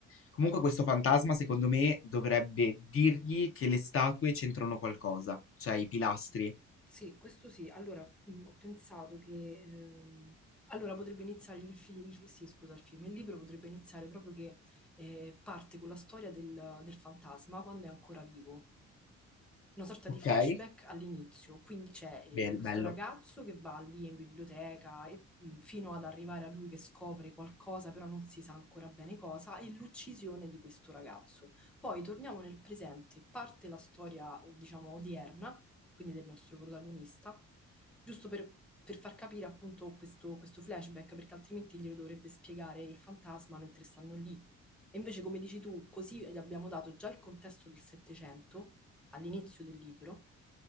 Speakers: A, on the left (about 45°); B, in the centre.
A: Comunque questo fantasma secondo me dovrebbe dirgli che le statue c'entrano qualcosa, cioè i pilastri.
B: Sì, questo sì. Allora, mh, ho pensato che... ehm, allora, potrebbe iniziare il, fi- il- sì, scusa, il film, il libro potrebbe iniziare proprio che eh, parte con la storia del, del fantasma quando è ancora vivo una sorta di
A: Okay?
B: flashback all'inizio, quindi c'è eh,
A: Bel
B: questo
A: bello.
B: ragazzo che va lì in biblioteca e, mh, fino ad arrivare a lui che scopre qualcosa, però non si sa ancora bene cosa, e l'uccisione di questo ragazzo. Poi torniamo nel presente, parte la storia, diciamo, odierna, quindi del nostro protagonista, giusto per, per far capire appunto questo, questo flashback, perché altrimenti glielo dovrebbe spiegare il fantasma mentre stanno lì. E invece, come dici tu, così gli abbiamo dato già il contesto del Settecento all'inizio del libro